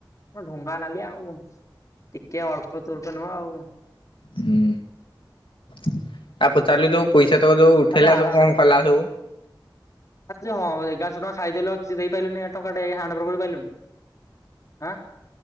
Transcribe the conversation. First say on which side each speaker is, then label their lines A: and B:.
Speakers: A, on the left; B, on the left.
A: ଢୁଙ୍ଗା ନାଲିଆ ଆଉ, ଟିକେ ଅଳ୍ପ ତଳ୍ପ ନୁହଁ ଆଉ।
B: ହୁଁ ତା ପଚାରିଲୁ ଯୋଉ ପଇସା ତ ଯୋଉ ଉଠେଇଲା
A: ଆବେ ଆର
B: ସବୁ କଣ କଲା ସବୁ?
A: ଆ ହଁ ଏଗାରଶହ ଟଙ୍କା ଖାଇଦେଲ କିଛି ଦେଇ ପାରିଲନି ଟଙ୍କା ଟା ହାଣ୍ଡ ବର୍ କରିପାରିଲନି? ଆଁ।